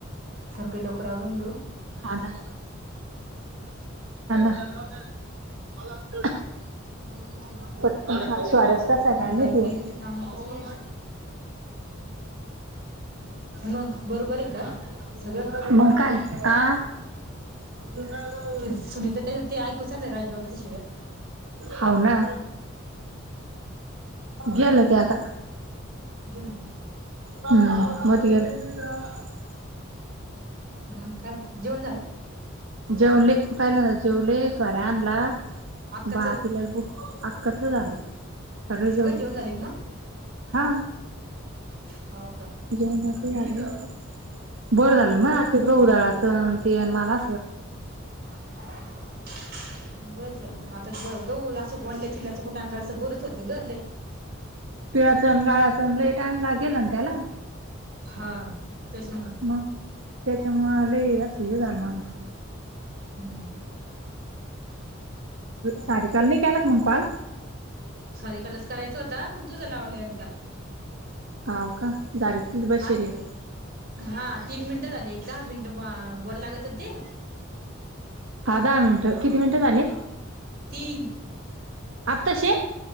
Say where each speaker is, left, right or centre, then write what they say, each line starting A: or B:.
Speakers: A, on the right (about 45°); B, on the right (about 70°).
A: सकाळी लवकर आवरून देऊ.
B: मला. <unintelligible>
A: <inaudible>
B: स्वारस कसा आहे काय
A: ते
B: माहीत?
A: ताई गेले ना ते कामातच नाही मग बरोबर आहे का सगळं
B: <inaudible> मग काय, हा <inaudible>
A: ते सुनीता त्याच्या ते ऐकूच आलं राजबाबाच्या शिव्या.
B: हव ना. गेल ते आता.
A: <inaudible>
B: हम्म! <unintelligible> <inaudible>
A: मग काय, जेवण झालं.
B: जेवले. पहिल्यांदा जेवले <unintelligible> <unintelligible>
A: अक्काचं
B: कसं झालं सगळे
A: सगळं
B: जेवली.
A: जेवण झाले का मग
B: हा
A: हो का
B: जेवणाची. <unintelligible> बरं झालं ना ते गहू दळाच ते मला
A: <inaudible> बरं झालं मग आता ग गह असं वडल्या चिल्ल्याचं कुठां असं गोरच होतं ग लई.
B: पिळाचण गाळाचण लई टायम लागेल ना त्याला.
A: हा, तस मग.
B: मग, त्याच्यामुळे लई अस हे झाल माणूस
A: हम्!
B: सॉरी, काल नाही तुम्हांला कॉल.
A: सॉरी, कालच करायचा होता मग तुझं लावलंय एकदा.
B: हाव का. दारातच बसले.
A: आत हा, तीन मिनिटं झाले. दहा मिनिट बोल बोलायला लागत ते.
B: हा, दहा मिनिटं किती मिनिटं झाले.
A: तीन.
B: आताशे.